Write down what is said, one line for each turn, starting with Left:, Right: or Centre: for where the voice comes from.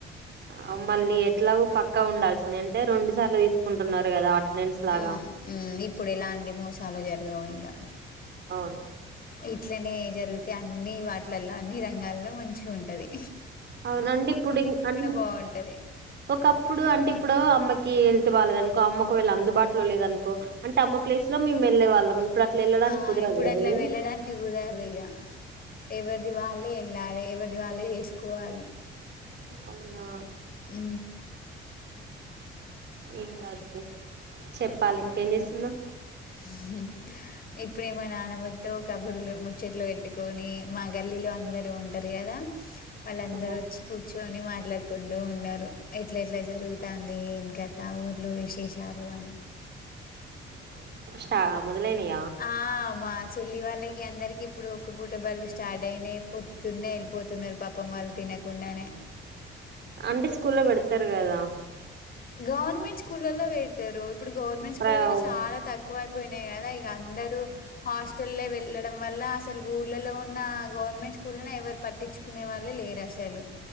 Right: ఆ మళ్ళీ ఎట్లా పక్కా ఉండాల్సిందే అంటే రెండు సార్లు తీసుకుంటున్నారు కదా అటెండెన్స్ లాగా
Left: ఆ హ్మ్ ఇప్పుడు ఏలాంటి మోసాలు జరగవు ఇంకా
Right: అవును
Left: ఇట్లనే జరిగితే అన్ని వాటిలల్లో అన్ని రంగాల్లో మంచిగా ఉంటది
Right: అవును అండి ఇపుడు ఇన్ ఆన్
Left: బావుంటది.
Right: ఒకప్ ఇప్పుడు అంటే ఇప్పుడు అమ్మకి హెల్త్ బాలేద అనుకో అమ్మ ఒకవేళ అందుబాటులో లేదనుకో అంట అమ్మ ప్లేస్ లో మేం వెళ్ళే వాళ్ళం ఇప్పుడు అట్లా వెళ్ళడానికి
Left: ఆ
Right: కుదరదు
Left: ఇప్పుడు
Right: కదా
Left: అట్లా వెళ్ళడానికి కుదరదు ఇగ ఎవరిది వాళ్ళే వెళ్ళాలి ఎవరిది వాళ్ళే చేసుకోవాలి
Right: అవునా
Left: హ్మ
Right: ఏం కాదులే చెప్పాలి ఇంకేం చేస్తునావ్
Left: హ్మ ఇప్పుడే మా నానమ్మతో కబుర్లు ముచ్చట్లు పెట్టుకొని మా గల్లీలో అందరు ఉంటారు కదా వాళ్ళ అందరు
Right: ఆ,
Left: వచ్చి కూర్చుని మాట్లాడుకు ఉంటూ ఉన్నారు ఎట్లా ఎట్లా జరుగుతంది ఏం ఇంకా ఊర్లో విశేషాలు అని
Right: చ మొదలైనయ
Left: ఆ! మా చెల్లి వాళ్ళకి అందరికి ఇప్పుడు ఒక్క పూట బళ్ళు స్టార్ట్ అయిన పొద్దునే వెళ్ళిపోతున్నారు పాపం వాళ్ళు తి తినకుండానే
Right: అంటే స్కూల్ లో పెడతారు కదా
Left: గవర్నమెంట్ స్కూళ్లల్లో పెడతారు ఇప్పుడు గవర్నమెంట్ స్కూల్లో
Right: ప్ర-
Left: చాలా తక్కువ అయిపోయినాయి గాన ఇక అందరుూ హాస్టల్ల్లో వెళ్ళడం వల్ల అసలు ఊళ్ళలో ఉన్న గవర్నమెంట్ స్కూల్ ఎవరు పట్టించుకునే వాళ్ళే లేరసలు